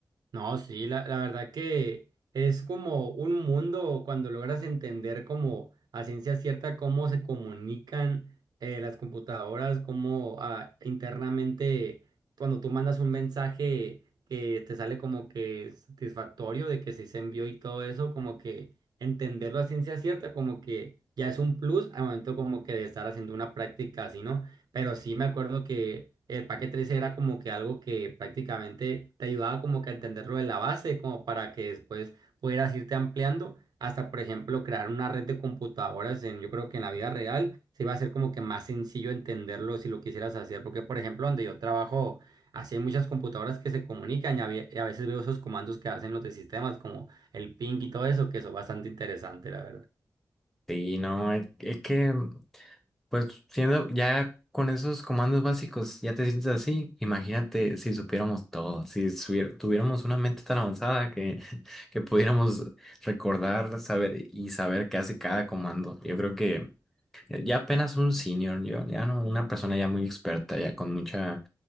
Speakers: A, on the right; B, in the centre.
A: No, sí, la, la verdad que es como un mundo cuando logras entender como a ciencia cierta cómo se comunican eh, las computadoras, cómo ah, internamente cuando tú mandas un mensaje que te sale como que satisfactorio de que sí se envió y todo eso, como que entenderlo a ciencia cierta, como que ya es un plus al momento como que de estar haciendo una práctica así, ¿no? pero sí me acuerdo que el paquete 13 era como que algo que prácticamente te ayudaba como que a entenderlo de la base, como para que después pudieras irte ampliando hasta, por ejemplo, crear una red de computadoras en, yo creo que en la vida real se iba a ser como que más sencillo entenderlo si lo quisieras hacer, porque, por ejemplo, donde yo trabajo, así hay muchas computadoras que se comunican y a, ve- y a veces veo esos comandos que hacen los de sistemas, como el ping y todo eso, que son bastante interesante, la verdad.
B: Sí, no, es, es que, pues siendo ya con esos comandos básicos, ya te sientes así. Imagínate si supiéramos todo, si subier- tuviéramos una mente tan avanzada que, <laughs> que pudiéramos recordar, saber y saber qué hace cada comando. Yo creo que Eh, Ya apenas un senior, yo, ya no, una persona ya muy experta, ya con mucha,